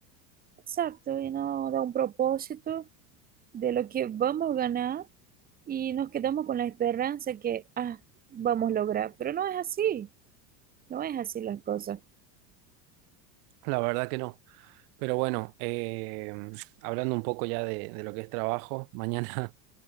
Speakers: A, on the right (about 20°); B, on the right (about 65°).
A: exacto, y no da un propósito de lo que vamos a ganar y nos quedamos con la esperanza que ah, vamos a lograr, pero no es así, no es así las cosas.
B: La verdad que no. Pero bueno, eh, hablando un poco ya de, de lo que es trabajo, mañana <laughs>